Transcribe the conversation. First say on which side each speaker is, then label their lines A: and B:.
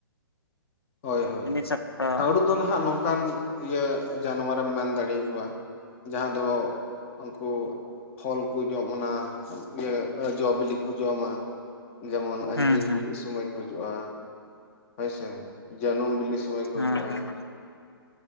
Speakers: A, on the left (about 30°); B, on the left (about 80°).
A: ᱦᱳᱭ ᱦᱳᱭ
B: ᱟᱹᱰᱤ ᱥᱚᱠᱛᱚ
A: ᱦᱟᱹᱲᱩ ᱫᱚ ᱱᱟᱦᱟᱜ ᱱᱚᱝᱠᱟᱱ ᱤᱭᱟᱹ ᱡᱟᱱᱣᱟ ᱨᱮᱢ ᱢᱮᱱ ᱫᱟᱲ ᱟᱠᱚᱣᱟ᱾ ᱡᱟᱦᱟᱸ ᱫᱚ ᱩᱝᱠᱩ ᱯᱷᱚᱞ ᱠᱩ ᱡᱚᱢ ᱚᱱᱟ ᱤᱭᱟᱹ ᱡᱚ ᱵᱤᱞᱤ ᱠᱩ ᱡᱚᱢᱟ᱾ ᱡᱮᱢᱚᱱ ᱟᱺᱡᱤᱨ
B: ᱦᱩᱸ ᱦᱩᱸ
A: ᱵᱤᱞᱤᱜ ᱥᱚᱢᱚᱭ ᱠᱚ ᱦᱤᱡᱩᱜ-ᱟ᱾ ᱦᱳᱭᱥᱮ ᱡᱟᱹᱱᱩᱢ ᱵᱤᱞᱤ ᱥ ᱥᱚᱢᱚᱭ ᱠᱚ
B: ᱦᱮᱸ
A: ᱦᱤᱡᱩᱜ-ᱟ᱾
B: ᱦᱮᱸ